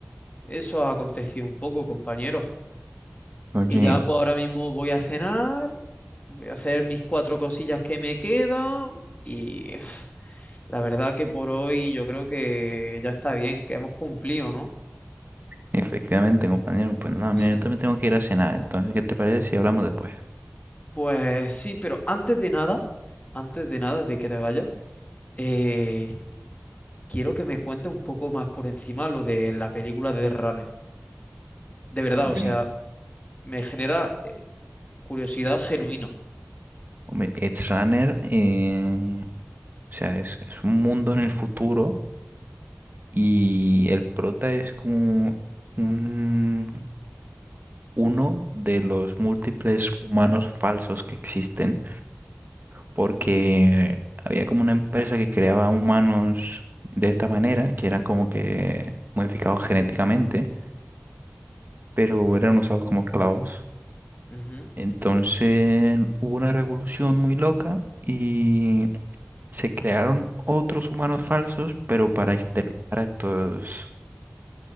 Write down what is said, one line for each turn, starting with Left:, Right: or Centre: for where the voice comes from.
Left: eso ha acontecido un poco, compañero
Right: Oye,
Left: Y ya pues ahora mismo voy a cenar, voy a hacer mis cuatro cosillas que me quedan. Y uf, la verdad que por hoy yo creo que ya está bien, que hemos cumplido, ¿no?
Right: efectivamente, compañero, pues nada,
Left: No
Right: mira,
Left: sé.
Right: yo también tengo que ir a cenar, entonces, ¿qué te parece si hablamos después?
Left: Pues sí, pero antes de nada, antes de nada de que te vayas, eh, quiero que me cuentes un poco más por encima lo de la película de The Runner. De verdad,
Right: Hombre,
Left: o sea... me genera curiosidad genuina.
Right: hombre, Edge Runner, eh, o sea, es, es un mundo en el futuro y el prota es como un... uno de los múltiples humanos falsos que existen, porque había como una empresa que creaba humanos de esta manera, que eran como que modificados genéticamente, pero eran usados como esclavos.
Left: Ujú.
Right: Entonces hubo una revolución muy loca y se crearon otros humanos falsos, pero para exterminar a estos,